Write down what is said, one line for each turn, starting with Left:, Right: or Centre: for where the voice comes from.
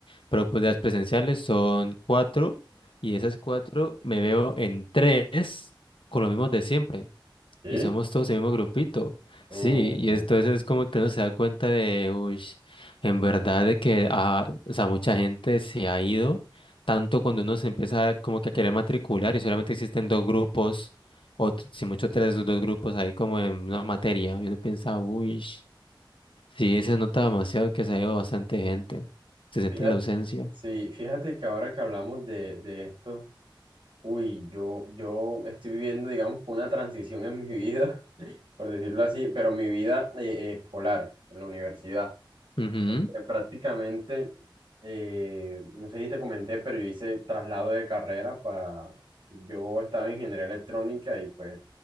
Left: pero pues las presenciales son cuatro y esas cuatro me veo en tres con lo mismo de siempre.
Right: Sí.
Left: Y somos todos el mismo grupito.
Right: Mm,
Left: Sí, y entonces es como que uno se da cuenta de, uy, en verdad de que ah, o sea, mucha gente se ha ido, tanto cuando uno se empieza como que a querer matricular y solamente existen dos grupos, o t- si mucho tres, dos grupos ahí como en una materia. Y uno piensa, uy, sí, se nota demasiado que se ha ido bastante gente. Se siente
Right: fíjate,
Left: la ausencia.
Right: sí, fíjate que ahora que hablamos de, de esto, uy, yo, yo estoy viviendo, digamos, que una transición en mi vida, <laughs> por decirlo así, pero mi vida eh, eh, escolar, en la universidad.
Left: Ujú.
Right: Eh, Prácticamente, eh, no sé si te comenté, pero yo hice traslado de carrera para, yo estaba en ingeniería electrónica y pues